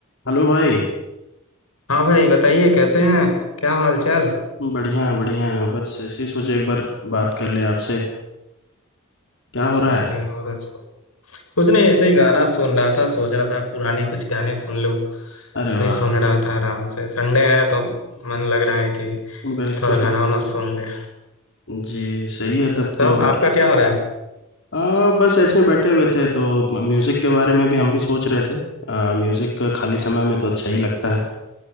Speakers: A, on the left (about 60°); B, on the left (about 80°).
A: हेलो भाई
B: हाँ भाई बताइए कैसे हैं क्या हाल चाल
A: बढ़िया है, बढ़िया है। बस ऐसे ही सोचे एक बार बात कर लें आपसे क्या
B: अच्छा
A: हो रहा
B: चलिए
A: है
B: बहुत अच्छा कुछ नहीं ऐसे ही गाना सुन रहा था सोच रहा था पुराने कुछ गाने सुन लूं
A: अरे वाह
B: वही सुन रहा था आराम से संडे है तो मन लग रहा है कि
A: बिल्कुल
B: थोड़ा गाना वाना सुन ले
A: जी सही है तब
B: तब
A: तो और
B: आपका क्या हो रहा
A: आ, बस ऐसे बैठे हुए थे तो म- म्यूजिक के बारे में भी हम भी सोच रहे थे आ, म्यूजिक का खाली
B: है
A: समय में तो अच्छा ही लगता है